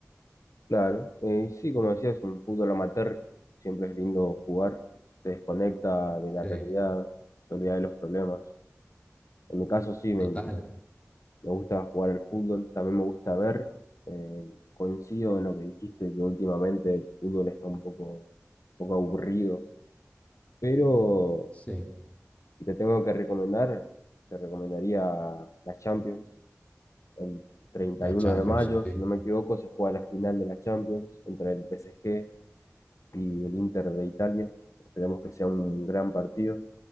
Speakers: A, on the left; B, on the left.
A: Claro. eh, sí, como decías, un fútbol amateur siempre es lindo jugar. Te desconecta de la
B: Sí,
A: realidad, te olvida de los problemas. En mi caso sí, me,
B: total.
A: me gusta jugar al fútbol, también me gusta ver. eh, coincido en lo que dijiste, que últimamente el fútbol está un poco, un poco aburrido. Pero
B: Sí,
A: Si te tengo que recomendar, te recomendaría la Champions. El 31
B: la Champions,
A: de mayo,
B: sí.
A: si no me equivoco, se juega la final de la Champions entre el PSG y el Inter de Italia. Esperemos que sea un gran partido,